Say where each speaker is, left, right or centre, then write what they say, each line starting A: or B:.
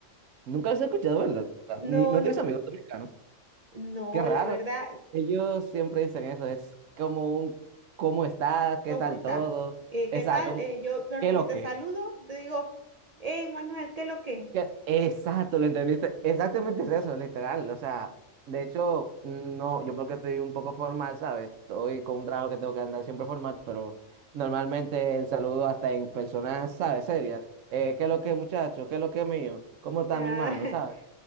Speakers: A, on the right (about 75°); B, on the right (about 55°).
A: Nunca lo has escuchado, ¿verdad?
B: No,
A: Ni, ¿no
B: no,
A: tienes amigos dominicanos?
B: <laughs> no,
A: Qué raro.
B: la verdad,
A: Ellos siempre dicen eso, es como un ¿cómo está? ¿Qué
B: ¿cómo
A: tal
B: estás?
A: todo?
B: Eh, ¿qué
A: Exacto,
B: tal?
A: un,
B: Eh, yo, claro,
A: ¿qué
B: que
A: lo
B: si te
A: que?
B: saludo, te digo, hey, Manuel, ¿qué lo que?
A: ¿Qué? Exacto, lo entendiste. Exactamente es eso, literal. O sea, de hecho, no, yo porque estoy un poco formal, ¿sabes? Estoy con un trabajo que tengo que andar siempre formal, pero normalmente el saludo hasta en personas, ¿sabes? Serias. Eh, ¿qué lo que, muchacho? ¿Qué lo que, mío? ¿Cómo está
B: Ah,
A: mi hermano?
B: <laughs>
A: ¿Sabes?